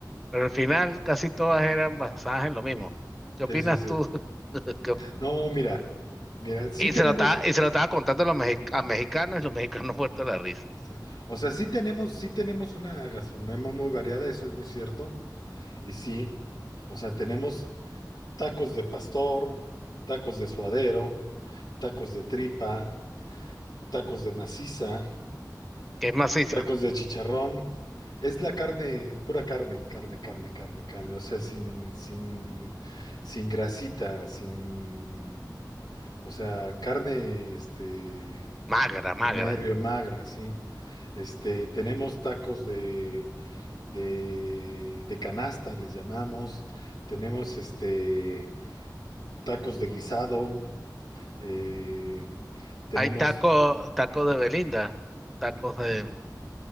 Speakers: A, in the centre; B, on the left.
A: Pero al final casi todas eran basadas en lo mismo. ¿Qué opinas
B: sí, sí, sí.
A: tú? <laughs> ¿Qué op-
B: No, mira, mira, sí
A: Y
B: tenemos,
A: se lo estaba, y se lo estaba contando a los mexi- a mexicanos y los mexicanos <laughs> muertos de la risa.
B: sí, o sea, sí tenemos, sí tenemos una gastronomía muy variada, eso es muy cierto. Y sí, o sea, tenemos tacos de pastor, tacos de suadero, tacos de tripa. tacos de maciza,
A: ¿Qué es macizo?
B: tacos de chicharrón. Es la carne, pura carne, carne, carne, carne, carne. O sea, sin, sin, sin grasita, sin, o sea, carne, este,
A: Magra, magra.
B: sin nervio, magra, sí. Este, tenemos tacos de, de, de canasta, les llamamos. Tenemos, este, tacos de guisado. eh, tenemos
A: Hay tacos, tacos de Belinda, tacos de